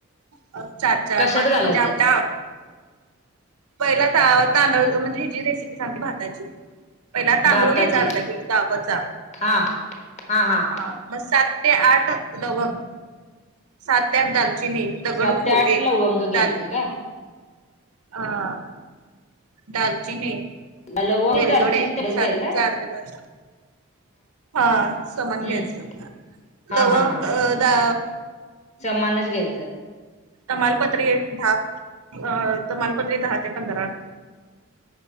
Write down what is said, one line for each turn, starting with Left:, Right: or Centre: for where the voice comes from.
Right: अ चार-चार,
Left: कशात
Right: पाच
Left: घालायचं
Right: म्हणजे आपल्या पहिल त तांदळ म्हणजे जी रेसिपी सांगते भाताची पहिला तांदूळ
Left: भाताची
Right: घ्यायचा अर्धा किलो दावतचा
Left: हा हा हा
Right: आं. मग सात ते आठ लवंग, सात ते आठ दालचिनी. दगडू
Left: सात
Right: फूल
Left: ते आठ
Right: एक
Left: लवंग घ्यायचं
Right: दाल
Left: काय
Right: हा. दालचिनी
Left: लवंग,
Right: वेलदोडे
Left: दालचिनी तेवढंच
Right: सात
Left: घ्याच काय?
Right: चार ते पाच हा समान
Left: हम्म
Right: घ्यायचं.
Left: हा
Right: लवंग
Left: हा हा
Right: अ दा
Left: समानच घ्यायचं.
Right: तमालपत्री दहा अ तमालपत्री दहा ते पंधरा.